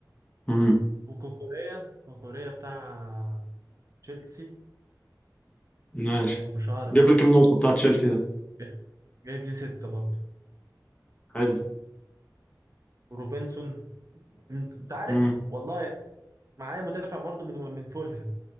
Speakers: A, on the left; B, on the right.
A: امم
B: وكوكوريا كوكوريا بتاع تشيلسي
A: ماشي
B: ابو شعر
A: جاب لك كم نقطة بتاع تشيلسي ده
B: ده جايب لي ستة برضه
A: حلو
B: وروبنسون انت عارف
A: امم
B: والله معايا مدافع برضه من من فولهام